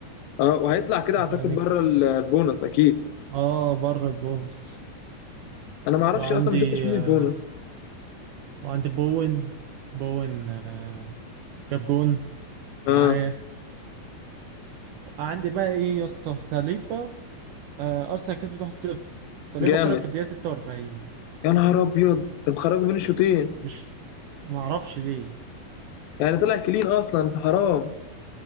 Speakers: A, on the left; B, on the right.
A: اه وهيطلع كده اعتقد
B: يعني
A: بره ال- البونص اكيد
B: اه بره البونص
A: انا ما اعرفش
B: وعندي
A: اصلا ما شفتش مين
B: آه
A: البونص
B: وعندي بوين بوين آه جاب جون
A: اه
B: معايا عندي بقى ايه يا اسطى ساليبا آه ارسنال كسبت 1-0 ساليبا
A: جامد
B: خرج في الدقيقه 46
A: يا نهار ابيض انت مخرجه بين الشوطين
B: مش معرفش ليه
A: يعني طلع كلين اصلا حرام